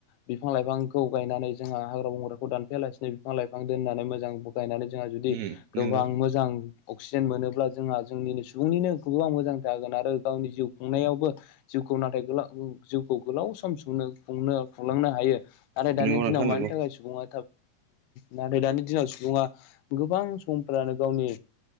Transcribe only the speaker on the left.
बिफां-लाइफांखौ गायनानै जोंहा हाग्रा बंग्राखौ दानफायालासिनो बिफां-लाइफां दोननानै मोजां गायनानै जोंहा जुदि
गोबां
मोजां अक्सिजेन मोनोब्ला जोंहा जोंनिनो सुबुंनिनो गोबां मोजां जागोन आरो गावनि जिउ खुंनायावबो जिउ खौ नाथाय गोला जिउखौ गोलाव सम सनो खुंनो खुंलांनो हायो आरो
दानि दिनाव
मानि
थाखाय सुबुङा नाथाय दानि दिनाव सु सुबुङा गोबां समफ्रानो गावनि